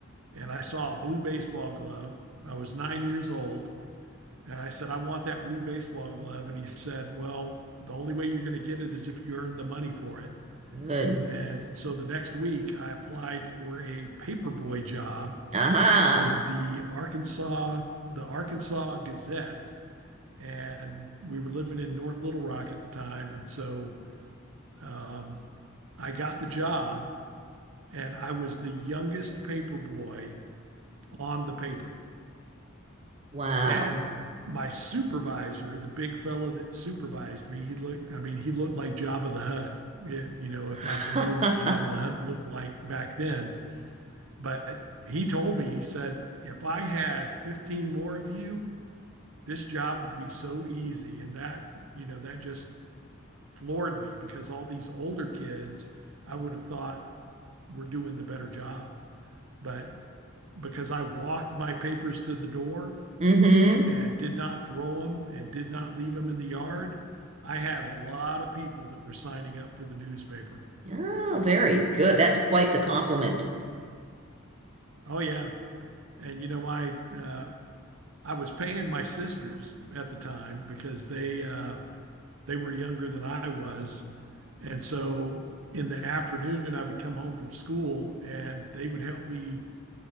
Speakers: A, on the right; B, on the right.
A: and I saw a blue baseball glove. I was nine years old. And I said, I want that blue baseball glove. And he said, Well, the only way you're going to get it is if you earn the money for it.
B: Good.
A: And so the next week, I applied for a paperboy job
B: Aha.
A: with
B: Uh-huh.
A: the Arkansas, the Arkansas Gazette. And we were living in North Little Rock at the time. And so um, I got the job and I was the youngest paper boy on the paper.
B: Wow.
A: And my supervisor, the big fellow that supervised me, he looked, I mean, he looked like Jabba the Hutt. It- you know, if
B: <laughs>
A: I'd have known what Jabba the Hutt looked like back then, but he told me, he said, if I had 15 more of you, this job would be so easy. And that, you know, that just floored me because all these older kids, I would have thought, We're doing the better job. But because I walked my papers to the door
B: mm-hmm.
A: and did not throw them and did not leave them in the yard, I had a lot of people that were signing up for the newspaper.
B: Oh, very good. That's quite the compliment.
A: Oh yeah, and you know I uh, I was paying my sisters at the time because they uh, they were younger than I was, and so in the afternoon I would come home from school and they would help me